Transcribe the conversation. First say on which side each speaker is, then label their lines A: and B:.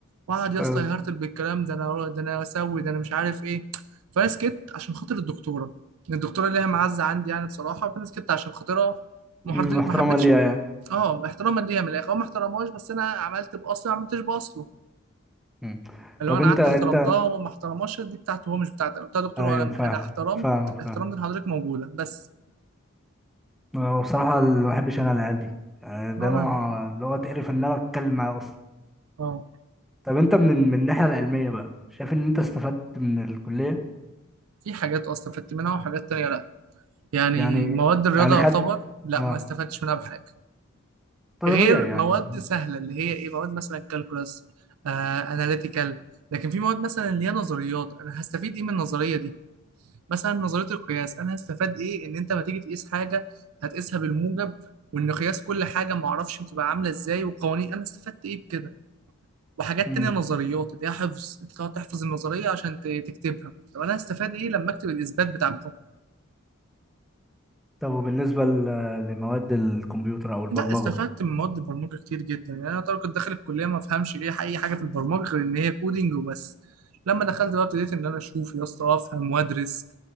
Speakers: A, on the right; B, in the centre.
A: وقعد يا
B: آه.
A: اسطى يهرتل بالكلام ده انا ده انا اسوي ده انا مش عارف ايه فانا سكت عشان خاطر الدكتوره الدكتوره ليها معزه عندي يعني بصراحه فانا سكت عشان خاطرها ما
B: أمم،
A: حرض-
B: واحتراما
A: ما حبيتش
B: ليها يعني
A: اه احتراما ليها من الاخر هو ما احترمهاش بس انا عملت باصلي ما عملتش باصله
B: أمم.
A: اللي
B: طب
A: هو انا
B: انت
A: قعدت
B: انت
A: احترمتها وهو ما احترمهاش دي بتاعته هو مش بتاعتي انا قلت له يا دكتور
B: ايوه
A: ولا انا
B: فاهم
A: أنا احترمت
B: فاهم فاهم
A: احترمت ان حضرتك موجوده بس
B: هو بصراحة اللي ما بحبش انا العيال دي يعني
A: ولا
B: ده نوع
A: انا
B: اللي هو تقرف ان انا اتكلم معاه
A: اه
B: طب انت من من الناحية العلمية بقى شايف ان انت استفدت من الكلية
A: في حاجات اصلا استفدت منها وحاجات تانية لا يعني
B: يعني
A: مواد الرياضه
B: يعني خد
A: يعتبر لا
B: اه
A: ما استفدتش منها بحاجه
B: ده
A: غير
B: طبيعي يعني
A: مواد سهله اللي هي ايه مواد مثلا كالكولاس آه اناليتيكال لكن في مواد مثلا اللي هي نظريات انا هستفيد ايه من النظريه دي مثلا نظريه القياس انا هستفاد ايه ان انت ما تيجي تقيس حاجه هتقيسها بالموجب وان قياس كل حاجه ما اعرفش بتبقى عامله ازاي وقوانين انا استفدت ايه بكده وحاجات
B: امم
A: تانية نظريات اللي هي حفظ انت تقعد تحفظ النظرية عشان ت- تكتبها طب انا هستفاد ايه لما اكتب الاثبات بتاع
B: طب وبالنسبة ل- لمواد الكمبيوتر او البرمجة
A: لا استفدت من مواد البرمجه كتير جدا يعني انا طبعا كنت داخل الكليه ما افهمش ليه اي حاجه في البرمجه غير ان هي كودينج وبس لما دخلت بقى ابتديت ان انا اشوف يا اسطى افهم وادرس